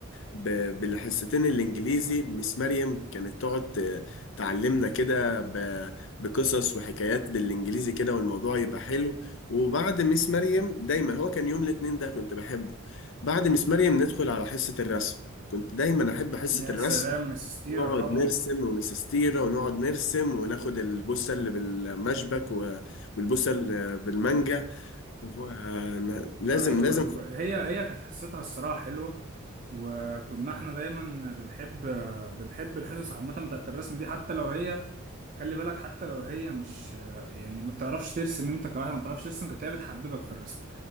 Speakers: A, on the left; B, on the right.
A: ب... بالحصتين الإنجليزي بمس مريم كانت تقعد ت- تعلمنا كده ب... بقصص وحكايات بالإنجليزي كده والموضوع يبقى حلو وبعد مس مريم دايما هو كان يوم الاثنين ده كنت بحبه بعد مس مريم ندخل على حصة الرسم كنت دايما أحب حصة
B: يا
A: الرسم
B: سلام يا سستيرة
A: نقعد
B: طبعا
A: نرسم ونسستيرة ونقعد نرسم وناخد البوسة اللي بالمشبك و- والبوسة اللي بالمانجا و- لازم
B: ايوه
A: لازم
B: هي هي كانت حصتها الصراحه حلوه وكنا احنا دايما بنحب بنحب الحصص عامه بتاعت الرسم دي حتى لو هي خلي بالك حتى لو هي مش يعني ما بتعرفش ترسم انت كواحد ما بتعرفش ترسم كانت هي بتحببك في الرسم